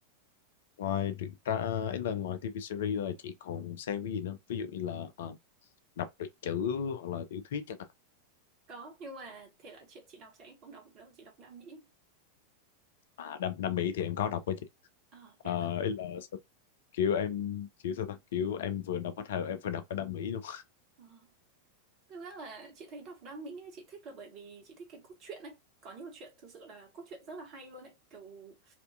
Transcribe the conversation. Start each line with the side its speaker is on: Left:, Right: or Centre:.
Left: ngoài truyện tra ấy là ngoài TV series là chị còn xem cái gì nữa ví dụ như là à, đọc truyện chữ hoặc là tiểu thuyết chẳng hạn
Right: có nhưng mà thể loại chuyện chị đọc sẽ không đọc được đâu chị đọc Nam Mỹ
Left: à Nam, Nam Mỹ thì em có đọc với chị
Right: à,
Left: à,
Right: thế à?
Left: ấy là sao- kiểu em kiểu sao ta kiểu em vừa đọc bắt đầu em vừa đọc cái Nam Mỹ luôn
Right: Ờ. Thực ra là chị thấy đọc Đam Mỹ ấy, chị thích là bởi vì chị thích cái cốt truyện ấy. Có nhiều chuyện thực sự là cốt truyện rất là hay luôn ấy. Kiểu